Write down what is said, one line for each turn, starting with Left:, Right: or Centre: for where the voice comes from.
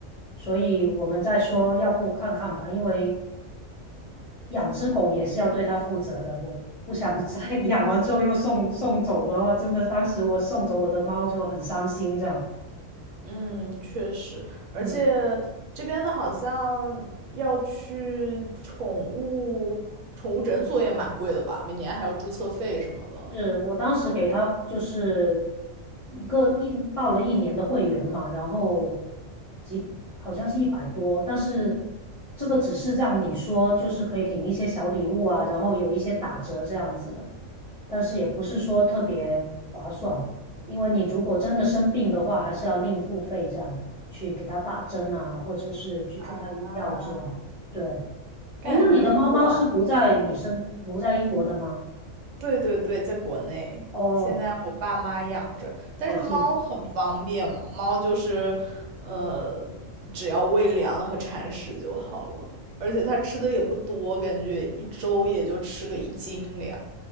Left: 所以我们在说，要不看看吧，因为养只狗也是要对它负责的，我不想再 <laughs> 养完之后又送送走的话，真的，当时我送走我的猫就很伤心，这样，
Right: 嗯，确实，而且这边的好像要去宠物宠物诊所也蛮贵的吧，
Left: 嗯。
Right: 每年还有注册费什么的。
Left: 是我当时给他就是一个一报了一年的会员嘛，然后几好像是一百多，但是这个只是让你说就是可以领一些小礼物啊，然后有一些打折这样子的，但是也不是说特别划算，因为你如果真的生病的话，还是要另付费这样去给他打针啊，或者是去给他用药这样。
Right: 啊，
Left: 对，
Right: 感觉不管，
Left: 诶，那你的猫猫是不在你生不在英国的吗？
Right: 对对对，在国内，
Left: 哦，
Right: 现在我爸妈养着，但是猫很方便嘛，
Left: 好幸福。
Right: 猫就是，呃，只要喂粮和铲屎就好了，而且它吃的也不多，感觉一周也就吃个一斤粮。